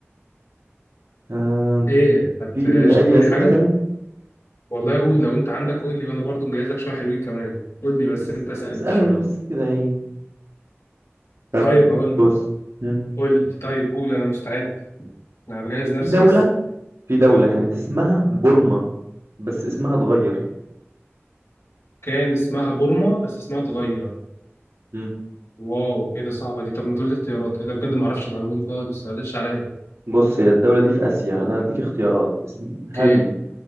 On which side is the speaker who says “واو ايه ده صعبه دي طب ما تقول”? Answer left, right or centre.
Left